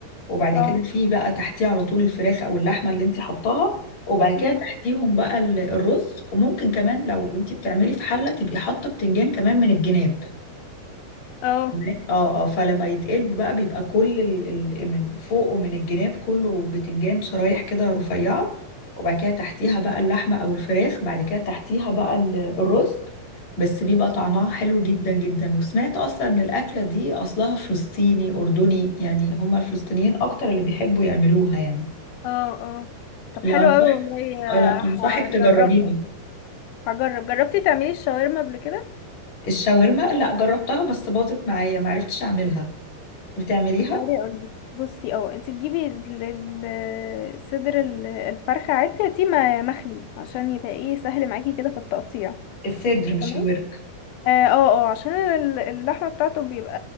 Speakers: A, on the left; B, on the left.
A: وبعد
B: اه
A: كده في بقى تحتيه على طول الفراخ او اللحمه اللي انت حطاها وبعد كده
B: امم
A: تحتيهم بقى ال- الرز وممكن كمان لو انت بتعملي في حله تبقي حاطه بتنجان كمان من الجناب
B: اه
A: تمام اه اه فلما يتقلب بقى بيبقى كل ال... ال... من فوق ومن الجناب كله بتنجان شرايح كده رفيعة وبعد كده تحتيها بقى اللحمة أو الفراخ بعد كده تحتيها بقى ال- الرز بس بيبقى طعمها حلو جدا جدا وسمعت أصلا إن الأكلة دي أصلها فلسطيني أردني يعني هما الفلسطينيين أكتر اللي بيحبوا يعملوها يعني
B: اه اه طب
A: لا
B: حلو
A: أنصح
B: قوي والله
A: آه، لا
B: آه،
A: أنصحك تجربيها
B: هجربها هجرب جربتي تعملي الشاورما قبل كده
A: الشاورما لا جربتها بس باظت معايا معرفتش أعملها وتعمليها
B: طب تعالي اقول لك بصي اه انت تجيبي ال- ال- صدر ال- الفرخه عادي هاتيه م- مخلي عشان يبقى ايه سهل معاكي كده في التقطيع
A: الصدر مش
B: تمام
A: الورك
B: اه اه آه، عشان ال- اللحمه بتاعته بيبقى